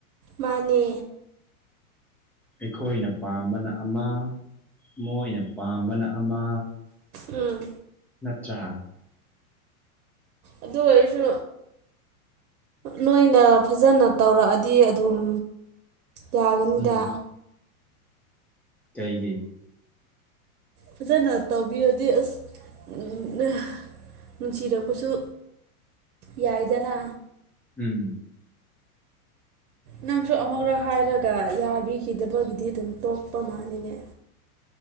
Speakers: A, on the right; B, in the centre.
A: ꯃꯥꯅꯦ
B: ꯑꯩꯈꯣꯏꯅ ꯄꯥꯝꯕꯅ ꯑꯃ ꯃꯣꯏꯅ ꯄꯥꯝꯕꯅ ꯑꯃ
A: ꯎꯝ
B: ꯅꯠꯇ꯭ꯔꯥ
A: ꯑꯗꯨ ꯑꯣꯏꯔꯁꯨ ꯅꯣꯏꯅ ꯐꯖꯅ ꯇꯧꯔꯛꯑꯗꯤ ꯑꯗꯨꯝ ꯌꯥꯒꯅꯤꯗ
B: ꯎꯝ ꯀꯩꯒꯤ
A: ꯐꯖꯅ ꯇꯧꯕꯤꯔꯗꯤ ꯑꯁ ꯎꯝ ꯅꯨꯡꯁꯤꯔꯛꯄꯁꯨ ꯌꯥꯏꯗꯅ
B: ꯎꯝ
A: ꯅꯪꯁꯨ ꯑꯃꯨꯔꯛ ꯍꯥꯏꯔꯒ ꯌꯥꯕꯤꯈꯤꯗꯕꯒꯤꯗꯤ ꯑꯗꯨꯝ ꯇꯣꯛꯄ ꯃꯥꯟꯅꯤꯅꯦ